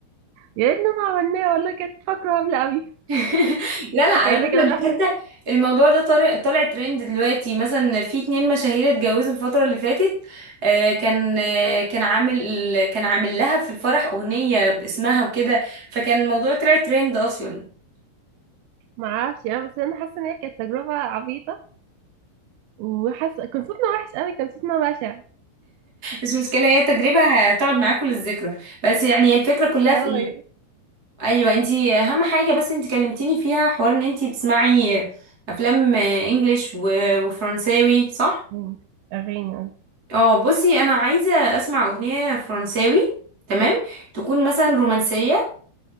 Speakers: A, on the right; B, on the right.
A: يا ريتنا ما عملناها والله كانت فاكرة عاملة قوي
B: <laughs> لا لا على
A: تخيلي
B: فكرة
A: كده
B: دي
A: احنا
B: حتى الموضوع ده طالع طالع ترند دلوقتي مثلا في اتنين مشاهير اتجوزوا الفترة اللي فاتت آه، كان آه، كان عامل كان عامل لها في الفرح أغنية باسمها وكده فكان الموضوع طلع ترند أصلا
A: ما اعرفش انا بس انا حاسة ان هي كانت تجربة عبيطة وحاسة كان صوتنا وحش قوي كان صوتنا بشع
B: بس المشكلة هي تجربة هتقعد معاكم للذكرى بس يعني هي الفكرة كلها
A: اه
B: في ايه ايوه انتي اهم حاجه بس انتي كلمتيني فيها حوار ان انتي بتسمعي افلام انجليش و- وفرنساوي صح
A: مم. اغاني
B: اه بصي انا عايزه اسمع اغنيه فرنساوي تمام تكون مثلا رومانسيه